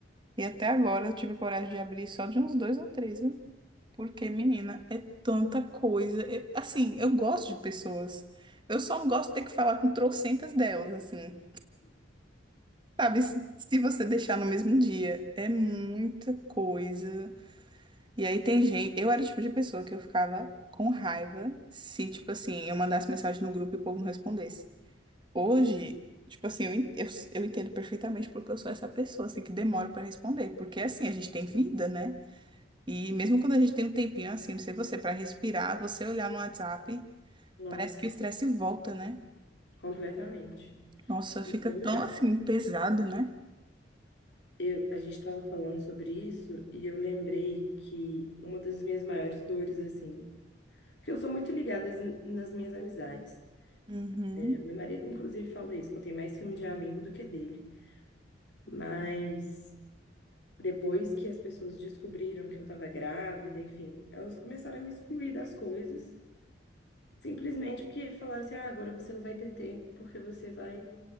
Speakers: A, on the right; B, on the left.
A: E até agora eu tive coragem de abrir só de uns dois ou três, viu? Porque, menina, é tanta coisa. Eu- assim, eu gosto de pessoas. Eu só não gosto de ter que falar com trocentas delas, assim. Sabe, se, se você deixar no mesmo dia, é muita coisa. E aí tem gente. Eu era o tipo de pessoa que eu ficava com raiva se, tipo assim, eu mandasse mensagem no grupo e o povo não respondesse. Hoje, tipo assim, eu, en- eu, eu entendo perfeitamente porque eu sou essa pessoa, assim, que demora pra responder. Porque, assim, a gente tem vida, né? E mesmo quando a gente tem um tempinho assim, não sei você, para respirar, você olhar no WhatsApp,
B: Nossa,
A: parece que o estresse volta, né?
B: completamente.
A: Nossa,
B: E
A: fica
B: como
A: tão
B: que eu,
A: assim pesado, né?
B: eu- a gente estava falando sobre isso e eu lembrei que uma das minhas maiores dores, assim, porque eu sou muito ligada às- nas minhas amizades.
A: Uhum.
B: É, meu marido, inclusive, fala isso, que eu tenho mais ciúme de amigo do que dele. Mas depois que as pessoas descobriram que eu estava grávida, enfim, elas começaram a me excluir das coisas, simplesmente porque falaram assim: ah, agora você não vai ter tempo porque você vai